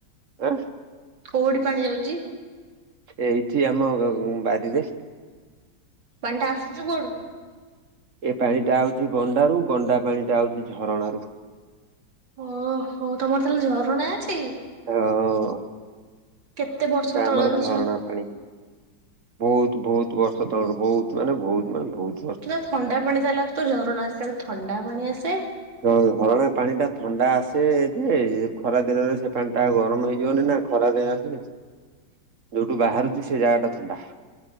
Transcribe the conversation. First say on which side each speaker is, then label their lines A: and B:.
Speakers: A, on the right (about 45°); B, on the right (about 80°).
A: ଆଁ।
B: କୋଉଟି ପାଣି ଯାଉଚି?
A: ଏଇଠି ଆମ ଗ ବାରିରେ।
B: ପାଣି ଟା ଆସୁଚି କୁଆଡୁ?
A: ଏ ପାଣି ଟା ଆଉଚି ଗଣ୍ଡାରୁ ଗଣ୍ଡା ପାଣି ଟା ଆଉଚି ଝରଣା ରୁ।
B: ଓ ହୋ ତମର ତାହେଲେ ଝରଣା ଅଛି?
A: ହଁ ଓ।
B: କେତେ ବର୍ଷ
A: ଏଟା
B: ତଳର
A: ଆମର ଝରଣା ପାଣି। ବୋହୁତୁ ବୋହୁତୁ ବର୍ଷ ତଳର ବୋହୁତୁ ମାନେ ବୋହୁତୁ ମାନେ ବୋହୁତୁ।
B: ନା ଥଣ୍ଡା ପାଣି ତାହେଲେ ଆସୁଥିବ ଝରଣା ଅଛି ଥଣ୍ଡା ପାଣି ଆସେ?
A: ହଁ ହରଣା ପାଣି ଟା ଥଣ୍ଡା ଆସେ ଯେ ଖରା ଦିନରେ ସେ ପାଣି ଟା ଗରମ ହେଇଯିବନି ନା? ଖରା ଦେ ଆସିନି।
B: ହୁଁ <inaudible>
A: ଯୋଉଟୁ ବାହାରୁଚି ସେ ଜାଗା ଟା ଥଣ୍ଡା।